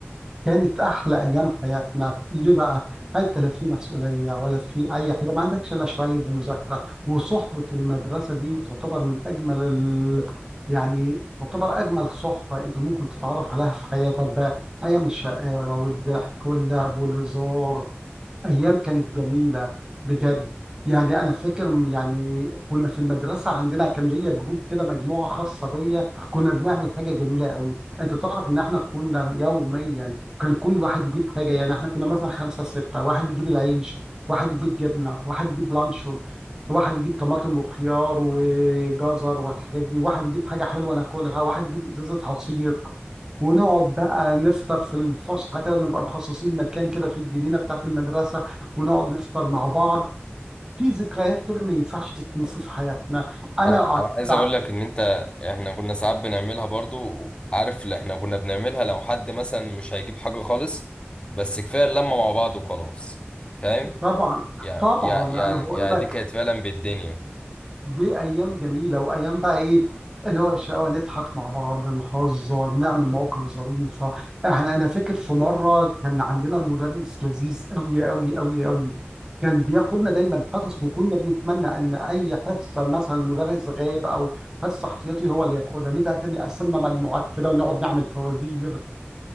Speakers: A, on the right; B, on the left.
A: كانت احلى ايام حياتنا ليه بقى انت لا في مسؤوليه ولا في اي حاجه ما عندكش الا شويه مذاكره وصحبه المدرسه دي تعتبر من اجمل ال... يعني تعتبر اجمل صحبه انت ممكن تتعرف عليها في حياتك بقى ايام الشقاوه والضحك واللعب والهزار أيام كانت جميلة بجد يعني أنا فاكر م- يعني كنا في المدرسة عندنا كان ليا جروب كده مجموعة خاصة بيا كنا بنعمل حاجة جميلة قوي أنت تعرف إن إحنا كنا يوميا كان كل واحد يجيب حاجة يعني إحنا كنا مثلا خمسة ستة واحد يجيب العيش واحد يجيب جبنة واحد يجيب لانشون واحد يجيب طماطم وخيار وجزر والحاجات دي واحد يجيب حاجة حلوة ناكلها واحد يجيب إزازة عصير ونقعد بقى نفطر في الفسحه كده نبقى مخصصين مكان كده في الجنينه بتاعت المدرسه ونقعد نفطر مع بعض في ذكريات كده ما ينفعش تتنسي في حياتنا انا
B: انا انا
A: أعت-
B: عايز
A: بع-
B: اقول لك ان انت احنا كنا ساعات بنعملها برضو عارف اللي احنا كنا بنعملها لو حد مثلا مش هيجيب حاجة خالص بس كفاية اللمة مع بعض وخلاص فاهم
A: طبعا
B: يعني
A: طبعا
B: يعني يعني
A: انا بقول
B: يعني
A: لك
B: دي كانت فعلا بالدنيا
A: دي ايام جميله وايام بقى ايه اللي هو الشقاوه نضحك مع بعض نهزر نعمل مواقف ظريفه احنا انا فاكر في مره كان عندنا مدرس لذيذ قوي قوي قوي قوي كان بياخدنا دايما حصص وكنا بنتمنى ان اي حصه مثلا المدرس غاب او حصه احتياطي هو اللي ياخدها ليه بقى كان يقسمنا مجموعات كده ونقعد نعمل فوازير